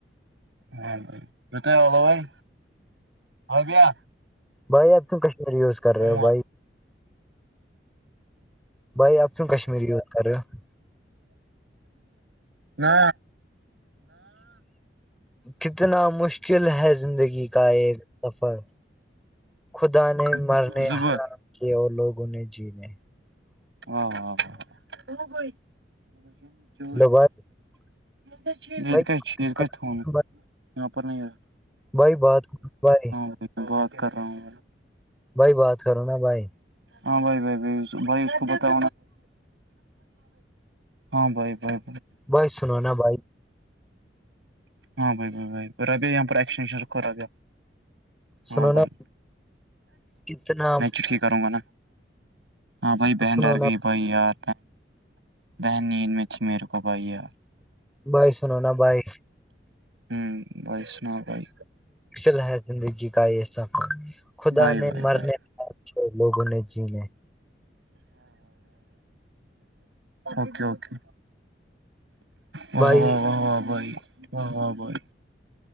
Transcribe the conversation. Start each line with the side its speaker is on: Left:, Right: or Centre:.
Right: ہاں بھائیت والو بھائی ہاں کیا
Centre: بھائی آپ تم کشمیری یوز کر
Right: مول
Centre: رہے ہو بائی بھائی آپ کیوں کشمیر کییوز کر رہے ہو
Right: نہ
Centre: کتنا مشل کل ہے زندگی کا ایک سفر خدا نے مرنے
Right: زٕ
Centre: حرام
Right: بہہ
Centre: کیے اور لوگوں نے جینے
Right: و و و م
Centre: ہیلو بھائی
Right: یہ
Centre: بھائی
Right: ک یہ
Centre: بھائی بات بھائی
Right: ہاں بات کر رہا ہوں
Centre: بھائی بات کرو نا بھائی
Right: ہاں بائی بھائی بائی بائی بتا ہاں بائی بائے
Centre: بھائی سنو نا بھائی
Right: ہاں بھائی بائی بھائی پ ابھی یہاں پر ایکسٹینشن کرا گیا ہاں
Centre: سنو
Right: بھائی
Centre: نا کتنا
Right: میں چٹکی کروں گا نا ہاں بھائی بنڈار
Centre: سنو
Right: گ
Centre: نا
Right: بائی ارہ بہد م میرے کو بھائی یار
Centre: بائے سنوناا بائے
Right: ہوں بھائی سنا بھائی
Centre: مل ہے زندگی کا یہ سب خدا
Right: بھائی
Centre: نے
Right: بھائی
Centre: مرنے
Right: بھائی
Centre: اچ لوگوں نے جینے
Right: ہاںکےوکے واہ
Centre: بھائی
Right: واہ واہ واہ بھائی واہ واہ بھائی